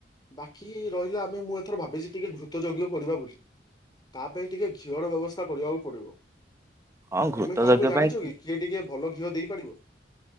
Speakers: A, on the left (about 25°); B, on the right (about 15°).
A: ବାକି ରହିଲା ଆମେ ମୁଁ ଏଥର ଭାବିଛି ଟିକେ ଘୃତ ଯଜ୍ଞ କରିବା ବୋଲି ତା ପାଇଁ ଟିକେ ଘିଅର ବ୍ୟବସ୍ଥା କରିବାକୁ ପଡ଼ିବ।
B: ହଁ ଘୃତ
A: ତୁମେ କାହାକୁ
B: ଯଜ୍ଞ
A: ଜାଣିଛ
B: ପାଇଁ
A: କି? କିଏ ଟିକେ ଭଲ ଘିଅ ଦେଇପାରିବ।